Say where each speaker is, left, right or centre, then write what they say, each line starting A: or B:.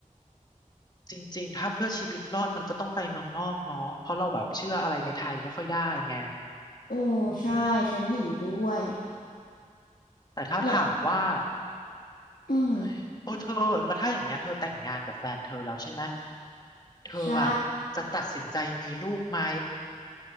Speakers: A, on the left (about 30°); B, on the left (about 90°).
A: จริงๆถ้าเพื่อชีวิตรอดมันก็ต้องไปเมืองนอกเนาะเพราะเราแบบเชื่ออะไรในไทยไม่ค่อยได้ไง
B: โอ้ใช่ฉันเห็นด้วย
A: อืม แต่ถ้าถามว่า
B: แล้วอืม
A: เฮ้ยโอ้เธอแล้วถ้าอย่างเงี้ยเธอแต่งงานกับแฟนเธอแล้วใช่ไหมเธออ่ะจะตัดสินใจมีลูกไหม
B: ใช่